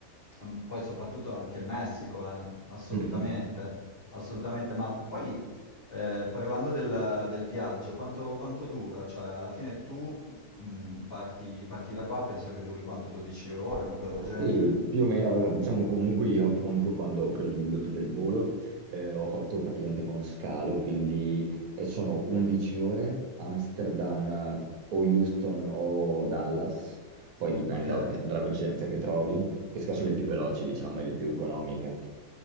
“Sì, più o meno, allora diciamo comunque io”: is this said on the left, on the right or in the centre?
Right